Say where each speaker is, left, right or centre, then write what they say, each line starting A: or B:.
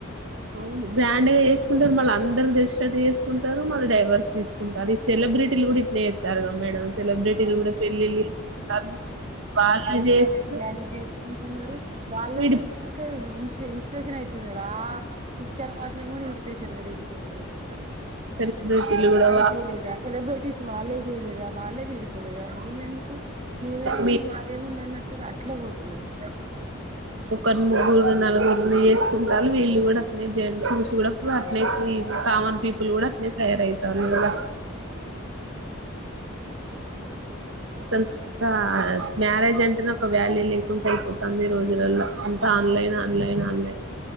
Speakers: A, on the right; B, on the right.
A: అవును గ్రాండ్ గ జేసు కుంటారు మళ్ళ అందరు తెలిసేటట్టు చేసుకుంటారు మళ్ళీ డైవర్స్ తీస్కుంటారు ఈ సెలబ్రిటీలు గూడా ఇట్నేఎత్తరు గ మేడం సెలబ్రిటీలు
B: అవును
A: కూడా పెళ్ళిళ్ళు
B: సెలబ్రిటీస్
A: చేసుకుంటారు
B: పిల్లలు
A: వాళ్ళు
B: లవ్
A: చేసారు
B: మ్యారేజ్ లని జేస్కొని టున్నారు వాళ్ళని
A: విడి
B: చూసి ఇంకా ఇన్ ఇన్స్పిరేషన్ అవుతున్నారు రా పిచ్చోల మాటలు కూడా ఇన్స్పిరేషన్ గా తీసుకుంటున్నారు ఇంక
A: సెలబ్రిటీలు
B: ఇంక
A: కూడా
B: వాళ్ళ్ జేయలేదా సెలబ్రిటీస్ వాళ్ళే చేయలేదా వాళ్ళే వి లేదా మేమ్ ఎందుకు మేమేముంది
A: మీ
B: మాదే ముంది అన్న త్తుగా అట్లే ఒతున్నారు
A: ఒకర్ ముగ్గురు నలుగురిని ఎసుకుంటాలు వీళ్ళు గూడా అట్నే జ చూసి కూడా అట్నే కామన్ పీపుల్ కూడా అట్నే తయారయ్ తళ్ళు కద
B: అయను
A: అసల్ తా మ్యారేజ్ అంటేనే ఒక వ్యాల్యూ లేకుంట అయిపోతంది ఈ రోజులల్లో అంత ఆన్లైన్ ఆన్లైన్ ఆన్లైన్